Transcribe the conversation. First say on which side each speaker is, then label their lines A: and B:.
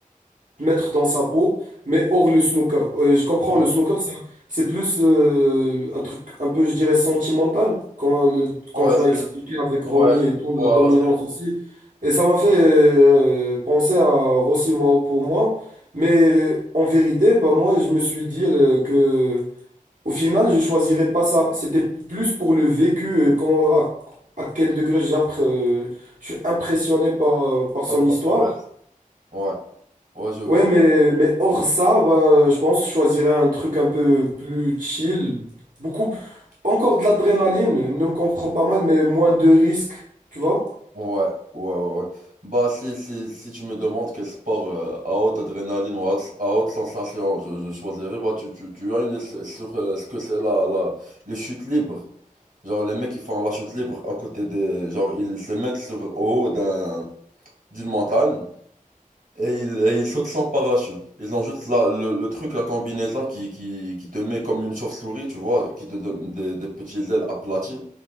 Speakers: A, on the right; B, on the right.
A: mettre dans sa peau, mais hors le snooker. Euh, je comprends,
B: Ouais,
A: le snooker, c'est c'est plus euh, un truc un peu, je dirais, sentimental, quand, le-
B: ouais,
A: quand tu m'as expliqué
B: c'est
A: avec Ronnie
B: ouais,
A: et tout, la
B: voilà,
A: dominance
B: c'est-
A: aussi. Et ça m'a fait euh, penser à Rossi, moi, pour moi. Mais en vérité, bah, moi, je me suis dit euh, que au final, je choisirais pas ça. C'était plus pour le vécu, et comment, à, à quel degré j'appré- euh, je suis impressionné par, par son
B: voilà,
A: histoire.
B: pas mal, Ouais, ouais, je vois.
A: Ouais, mais, mais hors ça, bah, je pense que je choisirais un truc un peu plus chill. Beaucoup, encore de l'adrénaline, ne me comprends pas mal, mais moins de risques, tu vois?
B: Ouais, ouais, ouais. ouais. Bah, si, si, si tu me demandes quel sport euh, à haute adrénaline ou à haute, à haute sensation je, je choisirais, bah, tu, tu, tu as une idée sur sur, euh, ce que c'est la, la, les chutes libres. Genre, les mecs qui font la chute libre à côté des. Genre, ils se mettent sur, au haut d'un, d'une montagne et ils, et ils sautent sans parachute. Ils ont juste la, le, le truc, la combinaison qui, qui, qui te met comme une chauve-souris, tu vois, qui te donne des, des petits ailes aplaties.